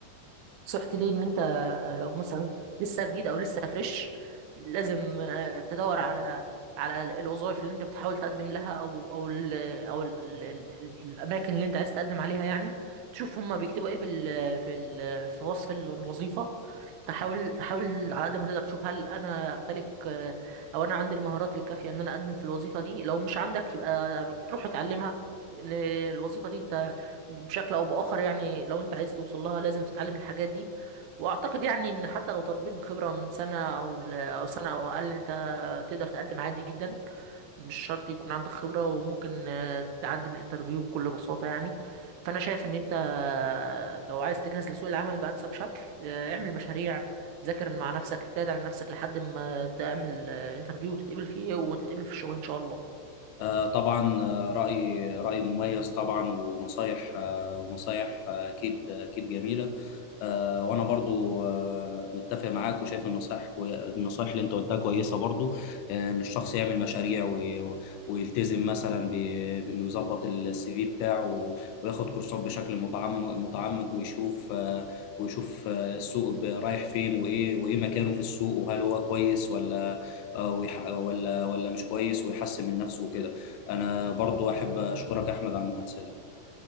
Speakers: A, on the right; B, on the left.
A: نصيحتي ليه ان انت لو مثلا لسه جديد او لسه فريش لازم آه، تدور على على الوظائف اللي انت بتحاول تقدم لها او او ال او ال ال ال الاماكن اللي انت عايز تقدم عليها يعني تشوف هما بيكتبوا ايه في ال في ال في وصف ال- الوظيفه تحاول تحاول على قد ما تقدر تشوف هل انا امتلك آه، او انا عندي المهارات الكافيه ان انا اقدم في الوظيفه دي لو مش عندك يبقى روح اتعلمها لان الوظيفه دي انت بشكل او باخر يعني لو انت عايز توصل لها لازم تتعلم الحاجات دي واعتقد يعني ان حتى لو طالبين خبره من سنه او ل- او سنه او اقل انت تقدر تقدم عادي جدا مش شرط يكون عندك خبره وممكن آه، تعدي من الانترفيو بكل بساطه يعني فانا شايف ان انت آه، لو عايز تجهز لسوق العمل بانسب شكل آه، اعمل مشاريع ذاكر مع نفسك اجتهد على نفسك لحد ما تعمل انترفيو وتتقبل فيه وتتقبل في الشغل ان شاء الله
B: آه، طبعا آه، رأي رأي مميز طبعا ونصايح آه، نصايح آه، أكيد أكيد جميلة آه، وأنا برضو آه، متفق معاك وشايف النصايح كوي... النصايح اللي أنت قلتها كويسة برضو آه، إن الشخص يعمل مشاريع وي... ويلتزم مثلا ب... بإنه يظبط السي في بتاعه و... وياخد كورسات بشكل متعمق متعمق ويشوف آه، ويشوف آه، السوق ب- رايح فين وإيه وإيه مكانه في السوق وهل هو كويس ولا آه، ويح... ولا ولا مش كويس ويحسن من نفسه وكده انا برضو احب اشكرك احمد على المحادثه دي